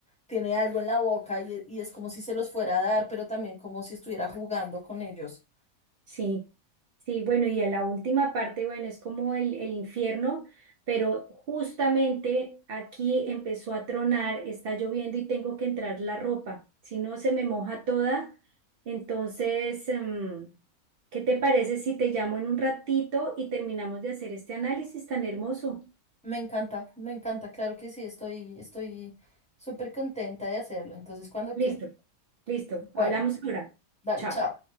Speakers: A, in the centre; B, on the right.
A: tiene algo en la boca y, y es como si se los fuera a dar, pero también como si estuviera jugando con ellos.
B: Sí, sí, bueno, y a la última parte, bueno, es como el, el infierno, pero justamente aquí empezó a tronar, está lloviendo y tengo que entrar la ropa, si no se me moja toda. Entonces, em, ¿qué te parece si te llamo en un ratito y terminamos de hacer este análisis tan hermoso?
A: Me encanta, me encanta, claro que sí, estoy, estoy súper contenta de hacerlo. Entonces, cuando
B: Listo,
A: quieras.
B: listo,
A: Bueno,
B: hablamos ahora.
A: dale,
B: Chao.
A: chao.